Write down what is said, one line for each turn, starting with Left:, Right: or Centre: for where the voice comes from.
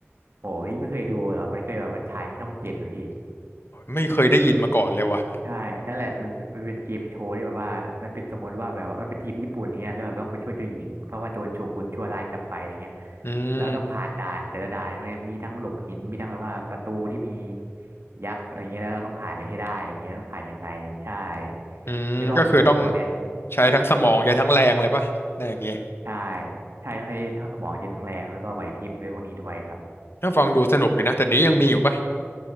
Right: โหพี่ไม่เคยดูเหรอมันเคยแบบว่าฉายในช่องเจ็ดอะพี่
Left: ไม่เคยได้ยินมาก่อนเลยว่ะ
Right: ใช่ นั่นแหละมันมันเป็นเกมโชว์ที่แบบว่ามันเป็นสมมติว่าแบบว่ามันเป็นทีมญี่ปุ่นอย่างเงี้ยแล้วเราต้องไปช่วยเจ้าหญิงเพราะว่าโดนโชกุนชั่วร้ายจับไปอะไรเงี้ย
Left: อืม
Right: เราต้องผ่านด่านแต่ละด่านพวกเนี้ยมีทั้งหลบหินมีทั้งแบบว่าประตูที่มียักษ์อะไรเงี้ยแล้วเราต้องผ่านไปให้ได้อะไรเงี้ยต้องผ่านยังไงใช่
Left: อืมก็คือต้อง
Right: ไม่ก็โหนอะไรพวกเนี้ย
Left: ใช้ทั้งสมองใช้ทั้งแรงเลยป่ะในอย่างงี้
Right: ใช่ใช่ต้องใช้ทั้งสมองใช้ทั้งแรงแล้วก็ไหวพริบอะไรพวกนี้ด้วยครับ
Left: ถ้าฟังดูสนุกดีนะแต่นี้ยังมีอยู่ปะ